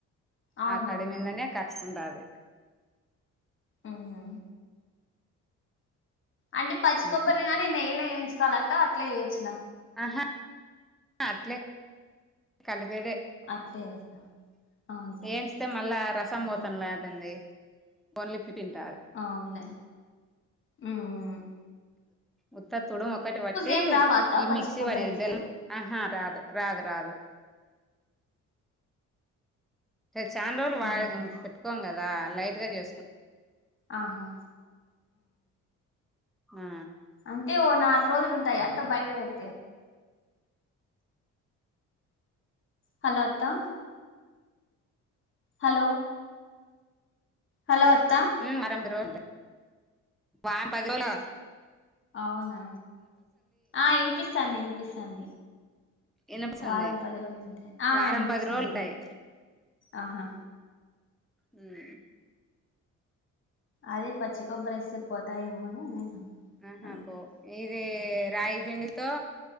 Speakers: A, on the left; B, in the centre.
A: అవునవును
B: ఆ తడి మీందనే కర్సుకుంటాది
A: ఆహా అంటే పచ్చి
B: ఉమ్
A: కొబ్బరిని కానీ నెయ్యిలో వేయించకోవాలత్తా అట్లే వేచ్చిన
B: ఆహా అట్లే కలిపేదే
A: అట్లే చేస్తా
B: <inaudible>
A: అవునులే
B: ఏంచితే మళ్ళా రసం పోతండ్లా
A: ఉహు.
B: దాంది ఓన్లిఫి తింటారు
A: ఆవునులే మ్మ్
B: ఉత్త తుడుమొక్కటి బట్టి
A: ఏం రావా అత్త
B: ఈ
A: పచ్చి
B: మిక్సీ
A: కొబ్బరి
B: వనే
A: వేస్తే
B: బెల్ ఆహా రాదు రాదు రాదు చాలా రోజులు వా
A: అవునులే
B: పెట్టుకోం కదా లైట్ గా చేసుకో
A: ఆహా
B: ఆ
A: అంటే ఓ నాలుగు రోజులు ఉంటాయా త బయట పెడితే హలో అత్తా హలో హలో అత్తా
B: వరబ రవంట వారం పదిరోజుల్
A: అవునా ఆ వినిపిస్తాంది వినిపిస్తాంది
B: ఇనపస్తుంది
A: వారం పది రోజులుంటే ఆ
B: వారం
A: అనిపిస్తుందిని
B: పది రోజులు ఉంటాయి
A: ఆహా
B: ర్
A: అది పచ్చికొబ్బరి వేసి ఏ పోతాయేమోని నేను
B: ఆహా
A: అడుగుతాను
B: పో ఇది రాగి పిండితో